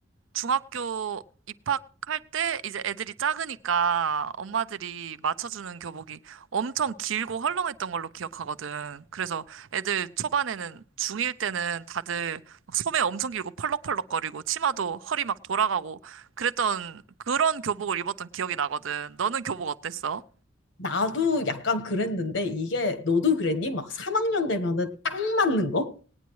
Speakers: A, on the right; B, on the left.
A: 중학교 입학할 때 이제 애들이 작으니까 엄마들이 맞춰주는 교복이 엄청 길고 헐렁했던 걸로 기억하거든. 그래서 애들 초반에는 중일 때는 다들 막 소매 엄청 길고 펄럭펄럭거리고 치마도 허리 막 돌아가고 그랬던 그런 교복을 입었던 기억이 나거든. 너는 교복 어땠어?
B: 나도 약간 그랬는데 이게 너도 그랬니? 막 3학년 되면은 딱 맞는 거?